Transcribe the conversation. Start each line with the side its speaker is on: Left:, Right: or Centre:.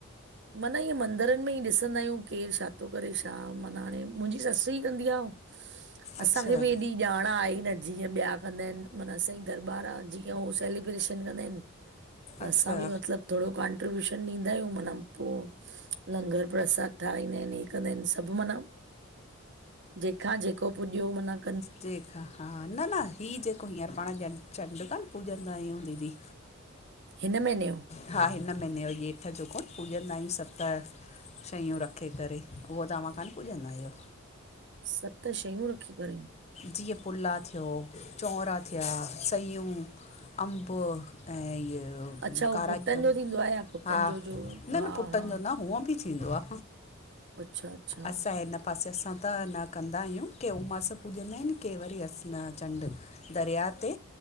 Right: मन ईअ मंदरन में ई ॾिसंदा आहियूं, केर छा तो करे, छा माना हाणे मूंजी ससु ई कंदी आ, असांखे
Left: अच्छा
Right: बि एॾी ॼाण आएई न, जीअं ॿिया कंदा आहिन, मना असांजी दरबार आ, जीअ हू सेलिब्रेशन कंदा आहिन त
Left: अच्छा
Right: असां बि मतलब, थोड़ो कॉन्ट्रीब्यूशन ॾींदा आहियूं मना पो, लंगर प्रसाद ठाराईंदा इन, हे कंदा इन, सभु मना जेखां जेको पुॼयो मना
Left: जेखां हा, न न ही जेको हींअर पाण ॼं चंडु कान पूॼंदा आहियूं दीदी!
Right: हिन महिने यो?
Left: हा हिन महिने यो, येठ जो कोन पूॼंदा आहियूं सत शयूं रखे करे, उहो तव्हां कान्ह पूॼंदा आयो?
Right: सत शयूं रखी करे?
Left: जीअ पुला थियो, चोंरा थिया, सयूं अंबु अएं ईउ
Right: अच्छा उहो
Left: कारा
Right: पुटनि
Left: ॼं,
Right: जो थींदो आहे या पुटनि
Left: हा,
Right: जो जो
Left: न
Right: हा
Left: न पुटनि
Right: हा
Left: जो न, हूअ भी। थींदो आ,
Right: अच्छा अच्छा
Left: असां हिन पासे असां त, न कंदायूं, की उमास पुॼंदा एन के वरी अस, न चंडु दरिया ते